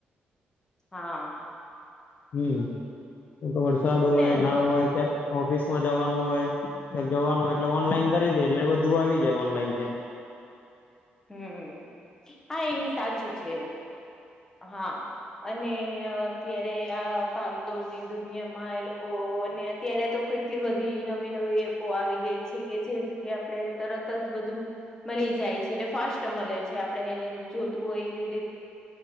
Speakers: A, on the left; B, on the left.
A: હા.
B: હમ વરસાદ હોય
A: ને
B: ના હોય ક્યા. ઓફિસમાં જવાનું હોય કયાક જવાનું હોય એટલે ઓનલાઈન કરી દે એટલે બધું આવી જાય ઓનલાન પે
A: હમ્મ, હા એ સાચું છે હા અને અત્યારે આ ભાગ કદોડની દુનિયામાં એ લોકો અત્યારે તો એટલી બધી નવી નવી એપો આવી ગઈ છે કે જેથી આપણે તરત જ બધું. મળી જાય છે, ટલે ફાસ્ટ મળે છે, આપડે જોતું હોય એવી રીતે.